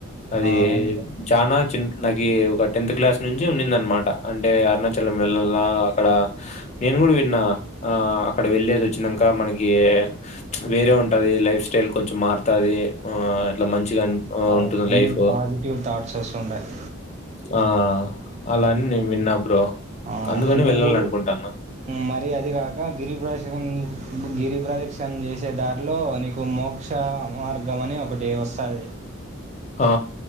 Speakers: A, on the left; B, on the right.
A: అది
B: అవును బ్రో
A: చనా చిన్న నకీ ఒక టెన్త్ క్లాస్ నుంచి ఉన్నిందనమాట అంటే అరుణాచలం వెళ్ళలా అక్కడ ఆ నేను కూడా విన్నా, ఆ అక్కడ వెళ్ళేసి వచ్చినాక మనకి వేరే ఉంటది లైఫ్ స్టైల్ కొంచెం మారుతాది ఆహ్, ఇట్లా మంచిగా అన్ ఆహ్,
B: ఆ
A: ఉంటుంది
B: అన్ని
A: లైఫ్.
B: పాజిటివ్ థాట్స్ వస్ ఉండాయి.
A: ఆ అలాన్ని నేను విన్న బ్రో
B: ఆ
A: అందుకని
B: నువ్వు
A: వెళ్ళాలనుకుంటాన్నా.
B: మర అది కాక గిరి ప్రేశం గిరి ప్రదక్షణ చేసే దారిలో నీకు మోక్ష మార్గం అని ఒకటి వస్తాది
A: ఆ!